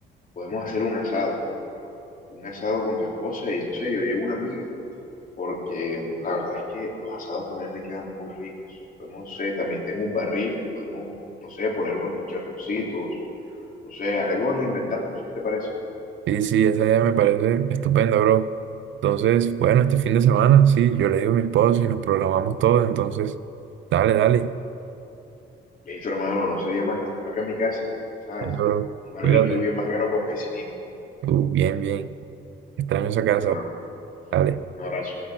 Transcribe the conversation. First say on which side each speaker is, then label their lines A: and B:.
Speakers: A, on the left; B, on the right.
A: podemos hacer un asado. Un asado con tu esposa y no sé, yo llevo una amiga. Porque la verdad es que los asados también me quedan muy ricos. Podemos, no sé, también tengo un barril. Podemos, no sé, poner unos chicharroncitos. No sé, algo nos inventamos. ¿Qué te parece?
B: Sí, sí, esa idea me parece estupenda, bro. Entonces, bueno, este fin de semana, sí, yo le digo a mi esposo y nos programamos todos, entonces, dale, dale,
A: Listo, hermano, no se diga más. Te espero acá en mi casa, ya ¿sabes?
B: Dale. bro,
A: Un barbecue
B: cuídate.
A: bien bacano con piscinita.
B: Uh, bien, bien, extraño esa
A: Listo,
B: casa,
A: hermano.
B: dale.
A: Un abrazo.